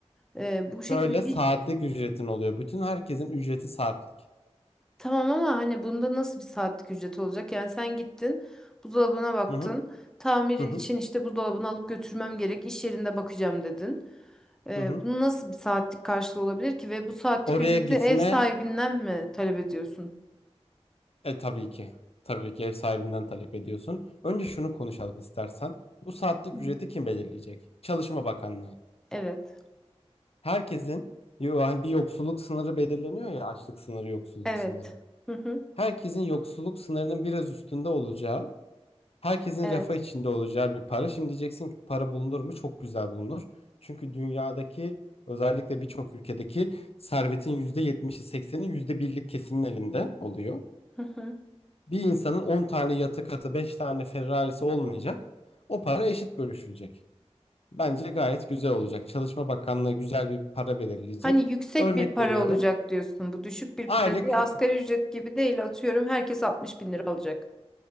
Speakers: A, in the centre; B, on the left.
A: E, bu şekilde
B: Şöyle
A: iş
B: saatlik ücretin oluyor. Bütün herkesin ücreti saatlik.
A: tamam ama hani bunda nasıl bir saatlik ücret olacak? Yani sen gittin buzdolabına baktın.
B: Hı hı,
A: Tamir için
B: hı hı,
A: işte buzdolabını alıp götürmem gerek iş yerinde bakacağım dedin. Ee,
B: hı hı.
A: bunun nasıl bir saatlik karşılığı olabilir ki ve bu saatlik
B: Oraya
A: ücreti
B: gitme
A: ev sahibinden mi talep ediyorsun?
B: e, tabii ki. Tabii ki ev sahibinden talep ediyorsun. Önce şunu konuşalım istersen. Bu saatlik
A: Hı.
B: ücreti kim belirleyecek? Çalışma Bakanlığı.
A: Evet.
B: Herkesin yani bir yoksulluk sınırı belirleniyor ya açlık sınırı, yoksulluk
A: Evet.
B: sınırı.
A: Hı hı.
B: Herkesin yoksulluk sınırının biraz üstünde olacağı, herkesin
A: Evet.
B: refah içinde olacağı bir para. Şimdi diyeceksin ki para bulunur mu? Çok güzel bulunur. Çünkü dünyadaki özellikle birçok ülkedeki servetin %70'i yüzde birlik kesimin elinde oluyor.
A: Hı hı.
B: Bir insanın 10 tane yatı katı, 5 tane Ferrari'si olmayacak. O para eşit bölüşülecek. Bence gayet güzel olacak. Çalışma Bakanlığı güzel bir para belirleyecek.
A: Hani yüksek
B: Örnek
A: bir para
B: veriyorum.
A: olacak diyorsun. Bu düşük bir
B: Aylık
A: para değil.
B: Heh,
A: Asgari ücret gibi değil. Atıyorum herkes 60 bin lira alacak.